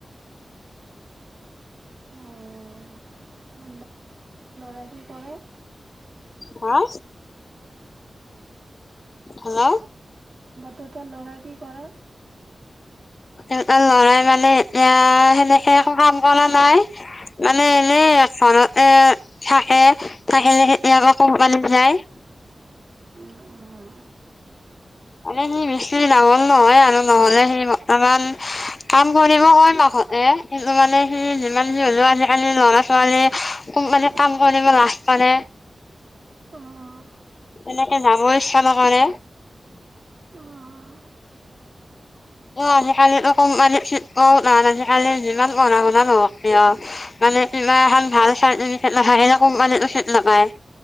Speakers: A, on the right; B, on the left.
A: অঁ, অঁ, <unintelligible> ল'ৰাই কি কৰে?
B: হা? হা?
A: দুটা ল'ৰাই বি কৰে?
B: এটা লৰাই মানে এতিয়া সেনেকে একো কাম কৰা নাই মানে এনে ঘৰতে থাকে, থাকিলে কোম্পালী যায়।
A: উম,
B: মানে সি মিস্ৰী ডাঙল নহয় আৰু নহলে সি বৰ্তমান কাম কৰিব হয় মা এ কিন্তু মানে সি যিমান যি হ'লেও আজিকালি ল'ৰা ছোৱালী কোম্পানী কাম কৰিব লাগ মানে।
A: অঁ, অঁ,
B: এনেকে যাবৰ ইচ্ছা নকৰে।
A: অঁ,
B: আজিকালিতো কমানি ন আজ কালি যিমান পঢ়া শুনা নহও কিয়। <unintelligible> মানে ইমানখন ভাল চাল ফে নাপায় সেইনেক মানো ফেট নাপায়। <unintelligible>